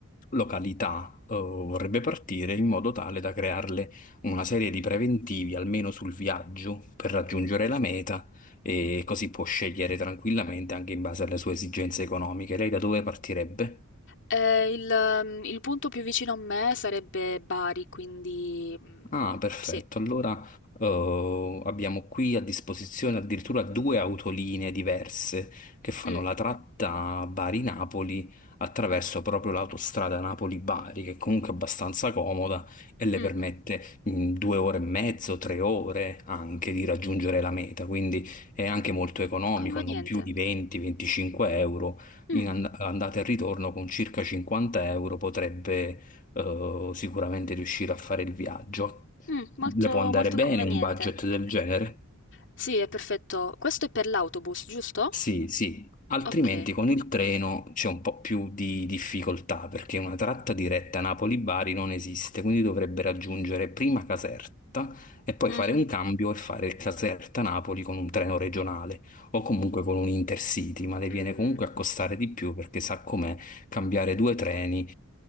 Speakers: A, on the left (about 35°); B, on the left (about 55°).
A: località eh, vorrebbe partire in modo tale da crearle una serie di preventivi almeno sul viaggio per raggiungere la meta e così può scegliere tranquillamente anche in base alle sue esigenze economiche. Lei da dove partirebbe?
B: Ehm, il mhmm, il punto più vicino a me sarebbe Bari, quindi, mhmm,
A: Ah, perfetto.
B: sì.
A: Allora, eh, abbiamo qui a disposizione addirittura due autolinee diverse che fanno
B: Mh,
A: la tratta Bari-Napoli attraverso proprio l'autostrada Napoli-Bari, che è comunque abbastanza comoda e le
B: mh.
A: permette in due ore e mezzo, tre ore anche di raggiungere la meta. Quindi è anche molto economico,
B: Conveniente.
A: non più di 20-25 euro.
B: Mh,
A: In and- andata e ritorno con circa 50 euro potrebbe eh, sicuramente riuscire a fare il viaggio.
B: mh, molto
A: Le può andare
B: molto
A: bene
B: conveniente.
A: un budget del genere?
B: Sì, è perfetto. Questo è per l'autobus, giusto?
A: Sì, sì. Altrimenti
B: Ok.
A: con il treno c'è un po' più di difficoltà perché una tratta diretta Napoli-Bari non esiste, quindi dovrebbe raggiungere prima Caserta e poi
B: Mhm.
A: fare un cambio e fare il Caserta-Napoli con un treno regionale o comunque con un Intercity, ma le
B: Mm,
A: viene comunque a costare di più perché sa com'è cambiare due treni